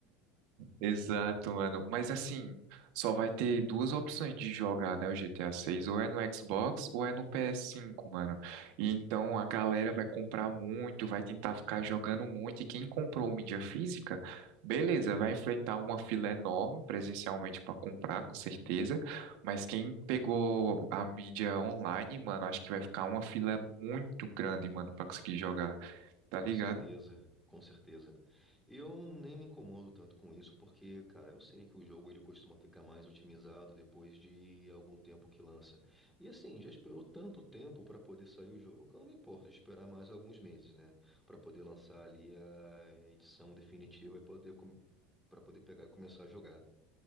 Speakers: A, on the right; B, in the centre.
A: Exato, mano. Mas assim, só vai ter duas opções de jogar, né, o GTA 6, ou é no Xbox ou é no PS5, mano. E então a galera vai comprar muito, vai tentar ficar jogando muito, e quem comprou mídia física, beleza, vai enfrentar uma fila enorme presencialmente pra comprar, com certeza. Mas quem pegou a mídia online, mano, acho que vai ficar uma fila muito grande, mano, pra conseguir jogar. Tá
B: Com
A: ligado?
B: certeza, com certeza. Eu nem me incomodo tanto com isso, porque, cara, eu sei que o jogo ele costuma ficar mais otimizado depois de algum tempo que lança. E assim, já esperou tanto tempo para poder sair o jogo, que eu não me importo de esperar mais alguns meses, né, para poder lançar ali a edição definitiva e poder para poder pegar e começar a jogar.